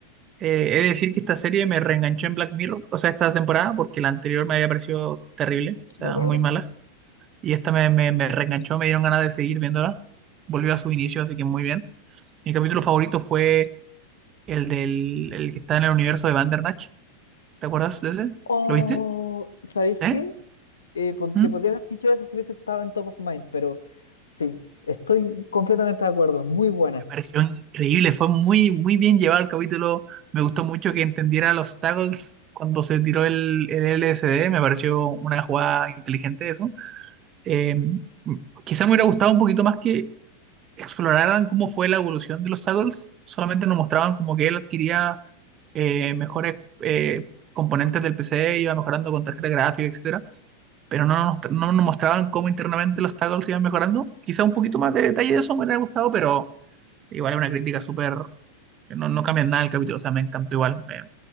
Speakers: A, on the right; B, on the left.
A: Eh, he de decir que esta serie me reenganchó en Black Mirror, o sea, esta temporada, porque la anterior me había parecido terrible, o sea,
B: De acuerdo.
A: muy mala. Y esta me, me, me reenganchó, me dieron ganas de seguir viéndola. Volvió a su inicio, así que muy bien. Mi capítulo favorito fue El del el que está en el universo de Bandersnatch. ¿Te acuerdas de ese?
B: Oh,
A: ¿Lo viste?
B: ¿sabéis
A: ¿Eh?
B: qué? Eh, po-
A: ¿Mm?
B: te podría haber dicho eso si hubiese estado en Top of Mind, pero sí, estoy completamente de acuerdo. Muy buena.
A: Me pareció increíble, fue muy, muy bien llevado el capítulo. Me gustó mucho que entendiera los tackles cuando se tiró el, el LSD. Me pareció una jugada inteligente eso. Eh, quizá me hubiera gustado un poquito más que exploraran cómo fue la evolución de los tackles. Solamente nos mostraban como que él adquiría eh, mejores eh, componentes del PC, iba mejorando con tarjeta gráfica, etcétera pero no nos, no nos mostraban cómo internamente los tackles iban mejorando. Quizá un poquito más de detalle de eso me hubiera gustado, pero igual es una crítica súper... No, no cambia nada el capítulo, o sea, me encantó igual, me,